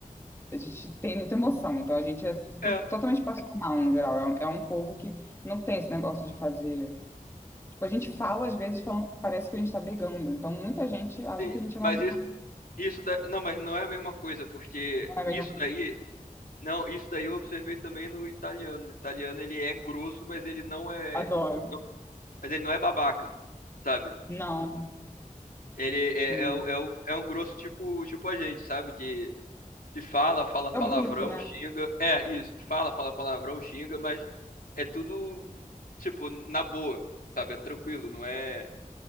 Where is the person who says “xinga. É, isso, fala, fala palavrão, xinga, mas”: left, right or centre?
Left